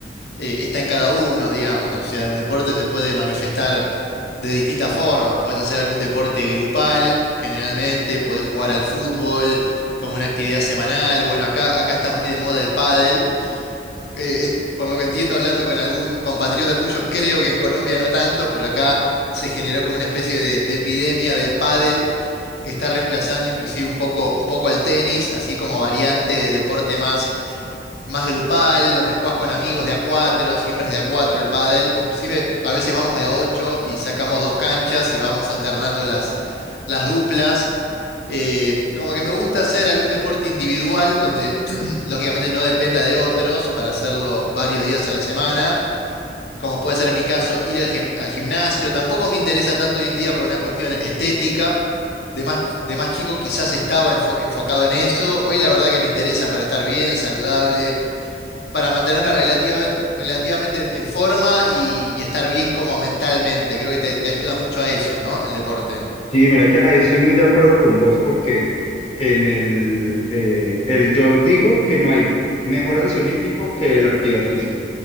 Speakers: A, on the left; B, on the left.
A: eh, está en cada uno, digamos. O sea, el deporte se puede manifestar de distintas formas. Podés hacer algún deporte grupal, generalmente, podés jugar al fútbol como una actividad semanal. Bueno, acá, acá está muy de moda el pádel. Eh, en- por lo que entiendo, hablando con algún compatriota tuyo, creo que en Colombia no tanto, pero acá se generó como una especie de, de epidemia del pádel. que está reemplazando inclusive un poco, un poco al tenis, así como variante de deporte más más grupal, donde jugás con amigos de a cuatro, siempre es de a cuatro el pádel, inclusive a veces vamos de a ocho y sacamos dos canchas y vamos alternando las, las duplas. Eh, como que me gusta hacer algún deporte individual donde <clears throat> lógicamente no dependa de otros para hacerlo varios días a la semana, como puede ser en mi caso ir al, gim- al gimnasio, tampoco me interesa tanto hoy en día por una cuestión estética. De más, de más chico quizás estaba enfo- enfocado en eso. Hoy la verdad que me interesa para estar bien, saludable, para mantenerme relativamente, relativamente en forma y, y estar bien como mentalmente. Creo que te, te ayuda mucho a eso, ¿no? El deporte.
B: Sí, mira que ahí estoy muy de acuerdo con vos porque en el, eh, el yo digo que no hay mejor ansiolítico que la actividad física.